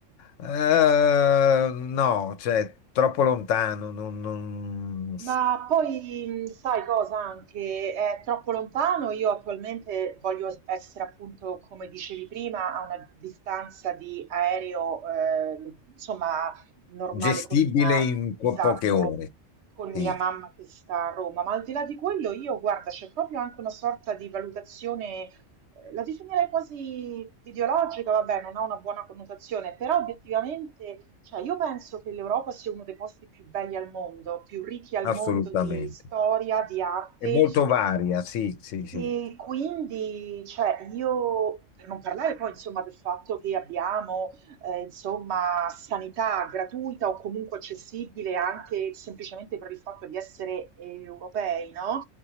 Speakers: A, on the left; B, on the right.
A: eh, no, cioè troppo lontano, non, non-
B: Ma poi mh, sai cosa anche? È troppo lontano. Io attualmente voglio s- essere appunto, come dicevi prima, a una distanza di aereo, eh, le- insomma, normale
A: gestibile
B: con mia,
A: in po-
B: esatto,
A: poche ore.
B: con
A: Sì,
B: mia mamma che sta a Roma. Ma al di là di quello, io guarda, c'è proprio anche una sorta di valutazione eh, la definirei quasi ideologica, vabbè, non ha una buona connotazione, però obiettivamente, cioè, io penso che l'Europa sia uno dei posti più belli al mondo, più ricchi al mondo
A: assolutamente.
B: di storia, di arte
A: È molto varia, sì, sì, sì.
B: e quindi, cioè, io, per non parlare poi, insomma, del fatto che abbiamo, eh, insomma, sanità gratuita o comunque accessibile anche semplicemente per il fatto di essere europei, no?